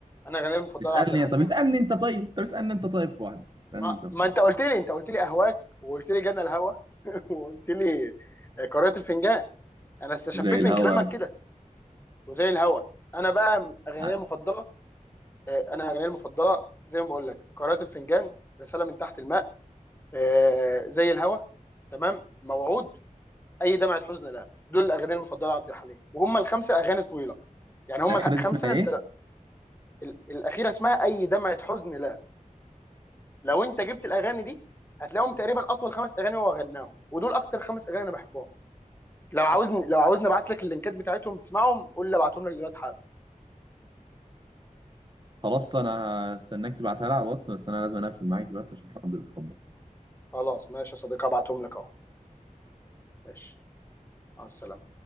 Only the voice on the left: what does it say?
انا اغانيه المفضله
عبد الحليم
ما,
ما
انت قلت لي انت قلت لي اهواك وقلت لي جنى الهوى <laughs> وقلت لي آه، قارئة الفنجان انا استشفيت
من كلامك كده وزي الهوى انا بقى اغانيه
المفضله آه، انا اغانيه المفضله زي ما بقول لك قارئة الفنجان رساله من تحت الماء آه، زي الهوى تمام موعود اي دمعه حزن لا دول الاغاني المفضله عبد الحليم وهم الخمسه اغاني طويله يعني هم
الخمسه
انت ال- الاخيره اسمها اي دمعه حزن لا لو انت جبت الاغاني دي هتلاقيهم تقريبا اطول خمس اغاني هو غناهم ودول اكتر خمس اغاني انا بحبهم لو عاوزني لو عاوزني ابعت لك اللينكات بتاعتهم تسمعهم قول لي ابعتهم لك دلوقتي حالا
خلاص ماشي يا صديقي هبعتهم لك اهو ماشي مع السلامه